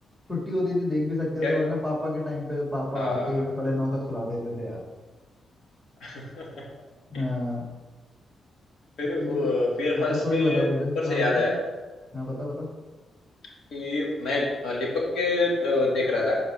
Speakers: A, in the centre; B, on the left.
A: छुट्टी होती थी देख भी सकते
B: क्या
A: थे वरना पापा के टाइम पे पापा
B: आ,
A: आते ही बस साढ़े नौ तक सुला देते थे यार
B: <laughs>
A: <laughs> हाँ
B: फिर
A: तेरी कोई
B: फेयर
A: बता
B: फॉल्स
A: स्टोरी
B: के
A: बता तुझे
B: ऊपर
A: हाँ
B: से याद
A: बता
B: है
A: बता हाँ बता बता
B: कि मैं अ, लिपक के अ, देख रहा था